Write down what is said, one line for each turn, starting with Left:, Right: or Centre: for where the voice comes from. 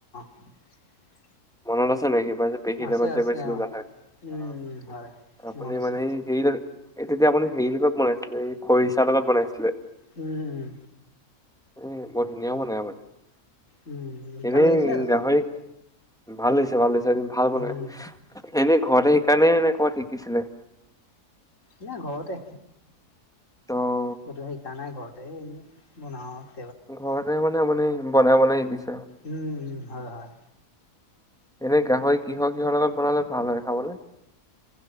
Left: <inaudible>
Centre: মনত আছে নেকি মই যে পেহী
Left: আছে
Centre: লগত যে
Left: আছে
Centre: গৈছিলো
Left: অ
Centre: গাহাই
Left: উম
Centre: আহ
Left: হয়
Centre: আপুনি
Left: মনত আছে
Centre: মানে এই হে এই তেতিয়া আপুনি হেৰি লগত বনাইছিলে এই খৰিচাৰ লগত বনাইছিলে।
Left: উম
Centre: উম বৰ ধুনীয়া ‌বনাই আপোনি
Left: উম উম
Centre: এনে
Left: ভাল লাগিছিলে জানো
Centre: গাহৰি ভাল হৈছে ভাল হৈছে ভাল বনাই
Left: উম
Centre: এনে ঘৰতে শিকা নে এনে ক'বাত শিকিছিলে
Left: নাই ঘৰতে
Centre: অ'
Left: কতো শিকা নাই ঘৰতে এনে বনাও আৰু
Centre: ঘৰতে মানে মানে বনাই বনাই দিছে
Left: উম হয়, হয়।
Centre: এনে গাহৰি কিহৰ কিহৰ লগত বনালে ভাল হয় খাবলৈ।